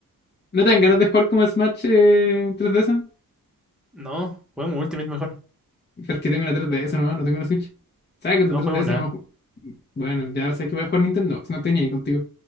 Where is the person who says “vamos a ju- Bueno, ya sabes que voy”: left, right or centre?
Left